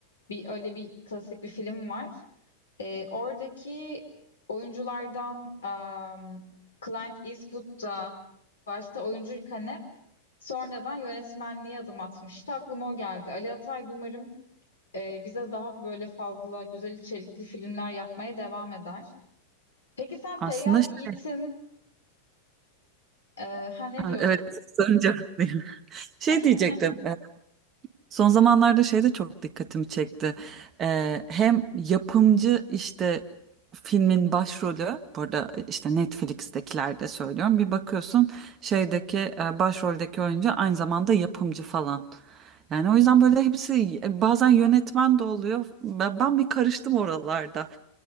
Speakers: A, on the left; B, on the right.
A: bir öyle bir klasik bir film var. E, oradaki oyunculardan um, Clint Eastwood da başta oyuncuyken hep sonradan yönetmenliğe adım atmıştı. Aklıma o geldi. Ali Atay umarım e, bize daha böyle fazla güzel içerikli filmler yapmaya devam eder. Peki sen Feyyaz
B: Aslında şey-
A: Yiğit'in
B: <laughs>
A: e, ha ne
B: Ha,
A: diyordun?
B: evet sorunca haklıyım. Şey
A: <laughs>
B: diyecektim. e, Son zamanlarda şey de çok dikkatimi çekti. Ee, hem yapımcı işte filmin başrolü, burada işte Netflix'tekilerde söylüyorum. Bir bakıyorsun şeydeki e, başroldeki oyuncu aynı zamanda yapımcı falan. Yani o yüzden böyle hepsi e, bazen yönetmen de oluyor. Ben, ben bir karıştım oralarda.